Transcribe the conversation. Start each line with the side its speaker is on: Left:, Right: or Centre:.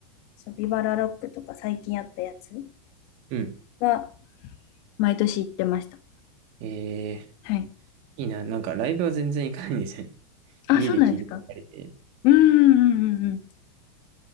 Left: そう、ビバラロックとか最近やったやつ
Right: うん。
Left: は毎年行ってました。
Right: えー、
Left: はい。
Right: いいな。なんかライブは全然行かないんですよね。<laughs>
Left: あ、
Right: 家で聴いてばっかりで。
Left: そうなんですかうんうんうんうんうん。